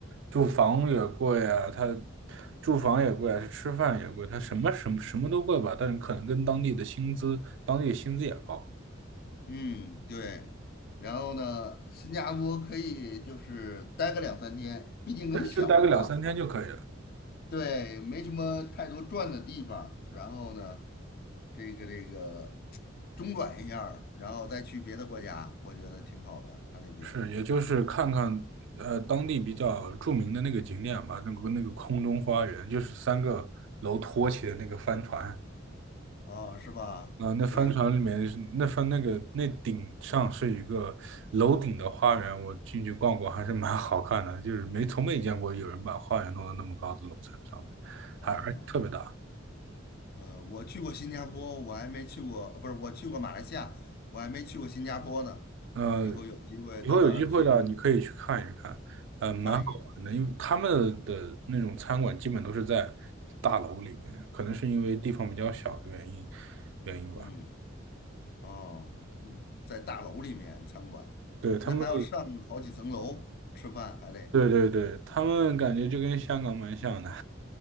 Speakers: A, on the right (about 65°); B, on the left (about 50°).
A: 住房也贵啊，他住房也贵啊，吃饭也贵，他什么什么什么都贵吧，但是可能跟当地的薪资，当地的薪资也高。
B: 嗯，对。然后呢，新加坡可以就是待个两三天，毕竟很小嘛。
A: 就待个两三天就可以了。
B: 对，没什么太多转的地方，然后呢，这个这个中转一下儿然后再去别的国家，我觉得挺好的。他那边
A: 是，也就是看看呃当地比较著名的那个景点吧，那个那个空中花园，就是三个楼托起的那个帆船。
B: 啊，是吧？
A: 呃，那帆船里面是那帆那个那顶上是一个楼顶的花园，
B: 对
A: 我进去逛过，还是蛮好看的，就是没从没见过有人把花园弄到那么高的楼层上面，
B: 啊，
A: 还而且特别大。
B: 呃，我去过新加坡，我还没去过，呃不是，我去过马来西亚，我还没去过新加坡呢。
A: 呃，
B: 以后有机会到那儿去
A: 以后有机会的，你可以去看一看，呃，蛮嗯好玩的，
B: 看一眼。对，
A: 因为他们的那种餐馆基本都是在大楼里面，可能是因为地方比较小的原因，原因吧。
B: 嗯，哦，嗯，在大楼里面餐馆，
A: 对，他们，
B: 那还要上好几层楼吃饭，还得。
A: 对对对，他们感觉就跟香港蛮像的。